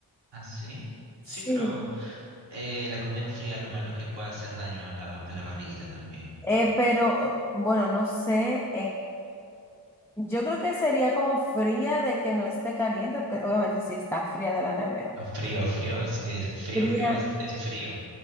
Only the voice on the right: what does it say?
¿Ah, sí?
Sí, pero eh, la comida fría lo malo es que puede hacer daño a la, a la barriguita también.
Ah, Frío, frío, es- es- frío,
frío, es, es frío.